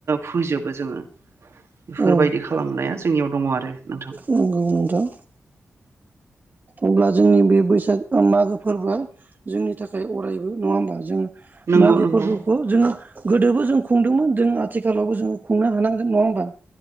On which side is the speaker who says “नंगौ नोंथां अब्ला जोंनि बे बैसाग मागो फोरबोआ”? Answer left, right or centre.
Right